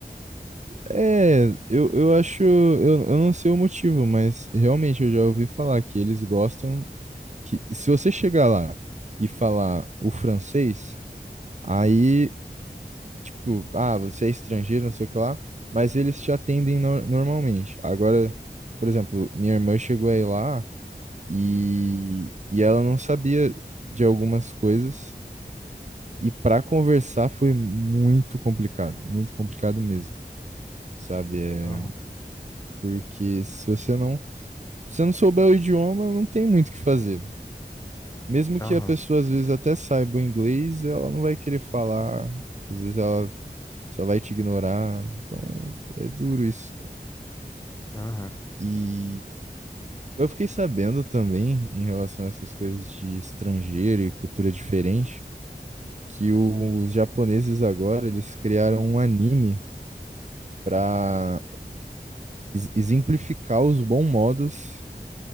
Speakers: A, on the right; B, on the left.
A: É, eu, eu acho, eu, eu não sei o motivo, mas realmente eu já ouvi falar que eles gostam que se você chegar lá e falar o francês, aí, tipo, ah, você é estrangeiro, não sei o que lá, mas eles te atendem nor- normalmente. Agora, por exemplo, minha irmã chegou aí lá e, e ela não sabia de algumas coisas e para conversar foi muito complicado, muito complicado mesmo, sabe? É,
B: Aham,
A: porque se você não Se você não souber o idioma, não tem muito o que fazer. Mesmo
B: aham,
A: que a pessoa às vezes até saiba o inglês, ela não vai querer falar, às vezes ela só vai te ignorar. Então é, é duro isso. cara.
B: aham,
A: E eu fiquei sabendo também, em relação a essas coisas de estrangeiro e cultura diferente, que o- os japoneses agora eles criaram um anime para exemplificar os bons modos